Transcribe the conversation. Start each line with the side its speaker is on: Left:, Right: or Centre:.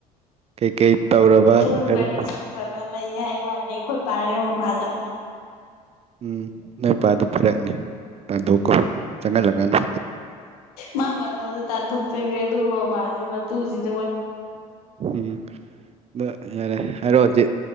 Right: ꯀꯩ-ꯀꯩ ꯇꯧꯔꯕ
Left: ꯄꯨ
Right: ꯍꯥꯏꯔꯣ
Left: ꯋꯥꯔꯤ ꯁꯥꯟꯅꯔ ꯂꯩ ꯍꯥꯏ ꯋꯥꯅꯤ ꯑꯩꯈꯣꯏ ꯄꯥꯒꯥ ꯃꯃꯥꯗ
Right: ꯎꯝ ꯅꯣꯏ ꯄꯥꯗꯨ ꯐꯔꯛꯅꯤ ꯇꯥꯟꯊꯣꯛꯈꯣ ꯆꯡꯍꯜꯂꯀꯅꯨ꯫
Left: ꯃꯥ ꯃꯗꯣꯟꯗ ꯇꯥꯟꯊꯣꯀꯆꯥꯒ꯭꯭ꯔꯦ ꯑꯗꯨꯒ ꯕꯥꯕꯥꯁꯦ ꯃꯛ ꯇꯨꯖꯤꯠ
Right: ꯎꯝ ꯑꯗ ꯌꯥꯔꯦ ꯍꯥꯏꯔꯣ ꯍꯧꯖꯤꯛ